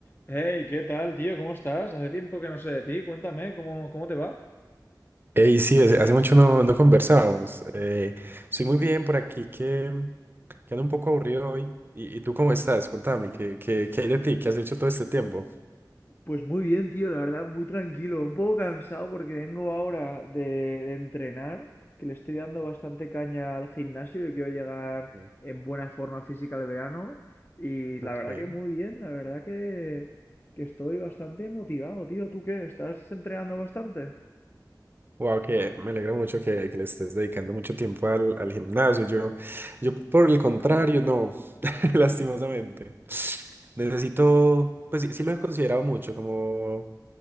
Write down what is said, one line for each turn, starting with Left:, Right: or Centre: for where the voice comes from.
Left: Hey, ¿qué tal, tío? ¿Cómo estás? Hace tiempo que no sé de ti. Cuéntame, ¿cómo, cómo te va?
Right: Ey, sí, hace, hace mucho no, no conversábamos. Eh, estoy muy bien por aquí que, que ando un poco aburrido hoy. ¿Y, y tú cómo estás? Contame, ¿qué, qué, qué hay de ti? ¿Qué has hecho todo este tiempo?
Left: Pues muy bien, tío, la verdad, muy tranquilo, un poco cansado porque vengo ahora de, de entrenar, que le estoy dando bastante caña al gimnasio y quiero llegar
Right: Bien.
Left: en buena forma física al verano. Y la
Right: Ok.
Left: verdad que muy bien, la verdad que, que estoy bastante motivado, tío. ¿Tú qué? ¿Estás entrenando bastante?
Right: Wow, que me alegra mucho que, que le estés dedicando mucho tiempo al, al gimnasio. Yo, yo por el contrario, no, <laughs> lastimosamente. Necesito, pues sí, sí lo he considerado mucho, como